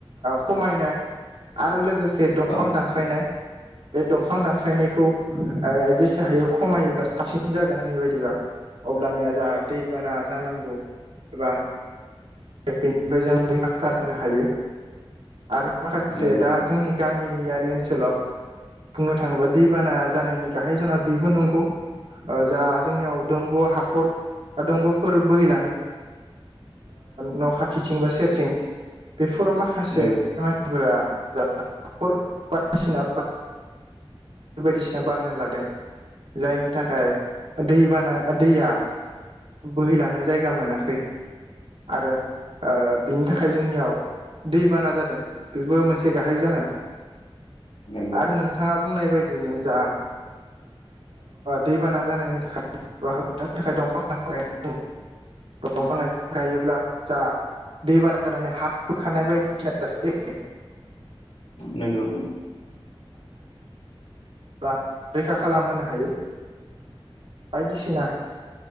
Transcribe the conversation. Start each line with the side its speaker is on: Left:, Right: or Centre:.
Right: खमायनाय आरो लोगो से दंफां
Left: औ
Right: दानफायनाय बे दंफां दानफायनायखौ जेसे हायो खमायोब्ला साबसिन जागोन आंनि बायदिबा अब्लानिया जोंहा दैबाना जानांगौ एबा बेनिफ्राय जों रैखा खालामनो हायो आरो माखासे
Left: नंगौ
Right: दा जोंनि गामियारि ओनसोलाव बुंनो थाङोबा दैबाना जानायनि गाहाय जाना बेबो नंगौ जा जोंनियाव दंग' हाखर दंग'फोर बोहैलाङो न' खाथिथिं बा सेरथिं बेफोराव माखासे
Left: नंगौ
Right: बायदिसिना बायदिसिना बानायना लादों जायनि थाखाय दै बानाया दैया बोहैलांनो जायगा मोनाखै आरो बिनि थाखाय जोंनियाव दैबाना जादों बेबो मोनसे गाहाय जाहोन
Left: नंगौ
Right: आरो नोंथाङा बुंनाय बायदिनो जा दैबाना जानायनि थाखाय होबथानो थाखाय दंफां ला दंफां लाइफां गायोब्ला जा दैबाना जानानै हा बोखानाय बायदिसिना जायो
Left: नोंगौ
Right: एबा रैखा खालामहोनो हायो बायदिसिना